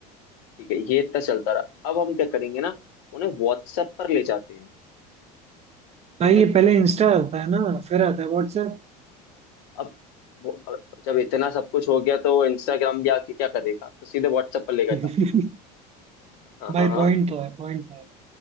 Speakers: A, on the left (about 75°); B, on the right (about 30°).
A: ठीक है ये इतना चलता रहा अब हम क्या करेंगे ना उन्हें व्हाट्सएप पर ले जाते हैं ठीक
B: भाई
A: है
B: ये पहले इंस्टा आता है ना फिर आता है व्हाट्सएप
A: अब वो अब जब इतना सब कुछ हो गया तो वो इंस्टाग्राम भी आके क्या करेगा तो सीधे व्हाट्सएप पर लेकर
B: <laughs>
A: जाओ हाँ
B: भाई
A: हाँ
B: पॉइंट
A: हाँ
B: तो है पॉइंट तो है